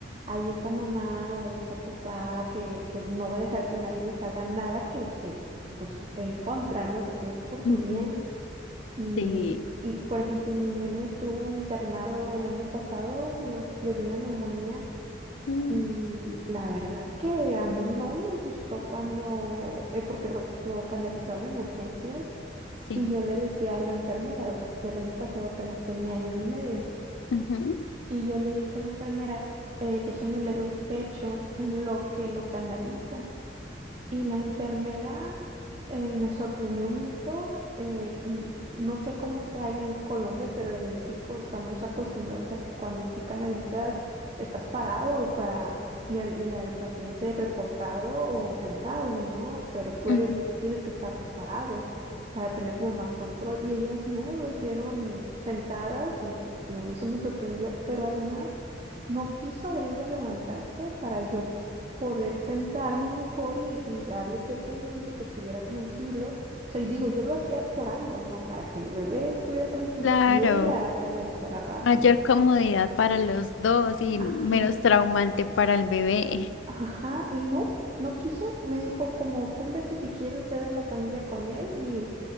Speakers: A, on the right (about 30°); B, on the left (about 85°).
A: ahí está mamá o ahí está papá, que, que no va a dejar que nadie les haga nada que, que, pues, en contra, ¿no? O sea, que es por su
B: Ujú,
A: bien. Y,
B: Sí.
A: y, por ejemplo, mi nene estuvo internado el año pasado, le dio una neumonía.
B: Mm,
A: Y la verdad que a mí no me gustó cuando, eh, porque lo, lo canalizaron en urgencias
B: Sí.
A: y yo le decía a la enfermera, o sea, pues el año pasado apenas tenía año y medio,
B: Ujú,
A: y yo le dije a la enfermera, eh, déjeme le doy pecho en lo que lo canaliza. Y la enfermera eh, me sorprendió mucho. eh, mm, no sé cómo sea allá en Colombia, pero en México estamos acostumbrados a que cuando tú canalizas, estás parado para, y al, y al paciente recostado o sentado, ¿no? Pero tú
B: ujú.
A: eres, tú tienes que estar parado para tener como más control. Y ellas no lo hicieron sentadas. mm, mm, Eso me sorprendió, pero además no quiso ella levantarse para yo poder sentarme mejor y, y darle pecho al niño, que estuviera tranquilo. O sea, y digo, yo lo hacía por ambos, ¿no? Para que el bebé estuviera tranquilo
B: Claro.
A: y ella canalizara rápido.
B: Mayor comodidad para los dos y
A: Ajá,
B: menos traumante para el bebé.
A: ajá, y no, no quiso. Me dijo como, túmbese si quiere usted en la camilla con él y